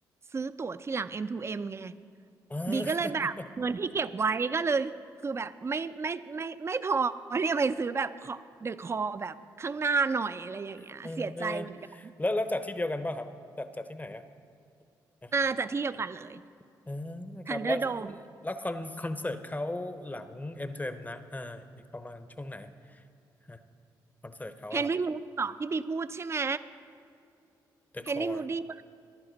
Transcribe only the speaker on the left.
อ่
า
<laughs> เออ <laughs> เออแล้วแล้วจัดที่เดียวกันป่ะครับจัดจัดที่ไหนอ่ะอ่ะ
เออครับแล้ว
แล้วคอนคอนเสิร์ตเขาหลังเอ็มทูเอ็มนะอ่าอีกประมาณช่วงไหนฮะคอนเสิร์ตเขาอะครับ
The Core